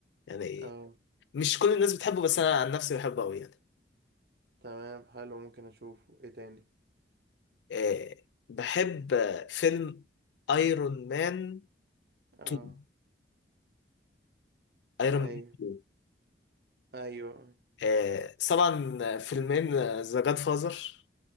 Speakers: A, on the left (about 75°); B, on the right (about 60°).
A: يعني إيه؟
B: اه
A: مش كل الناس بتحبه بس انا عن نفسي بحبه قوي يعني
B: تمام حلو ممكن اشوفه ايه تاني
A: آه، بحب آه، فيلم ايرون مان
B: اه
A: 2 ايرون
B: ايوه
A: مان
B: ايوه
A: آه، طبعا فيلمين ذا جاد فازر